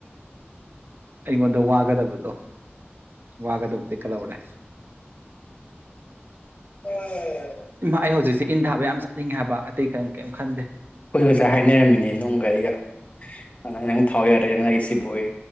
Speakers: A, on the right; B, on the left.
A: ꯑꯩꯉꯣꯟꯗ ꯋꯥꯒꯗꯕꯗꯣ ꯋꯥꯒꯗꯕꯗꯤ ꯀꯜꯍꯧꯔꯦ
B: ꯎꯝ
A: ꯏꯃꯥ ꯑꯩ ꯍꯧꯖꯤꯛꯁꯦ ꯏꯟ ꯊꯥꯕ ꯌꯥꯝ ꯆꯠꯅꯤꯡꯉꯦ ꯍꯥꯏꯕ ꯑꯇꯩ ꯀꯔꯤꯝ ꯀꯔꯤꯝ ꯈꯟꯗꯦ
B: ꯑꯩꯈꯣꯏ ꯉꯁꯥꯏ ꯍꯥꯏꯅꯔꯝꯃꯤꯅꯦ ꯅꯨꯡꯒ ꯑꯩꯒ ꯑꯗꯨꯗ ꯅꯪ ꯊꯥꯎ ꯌꯥꯔꯗꯦ ꯅꯪ ꯂꯥꯛꯏꯁꯤꯕꯣꯏ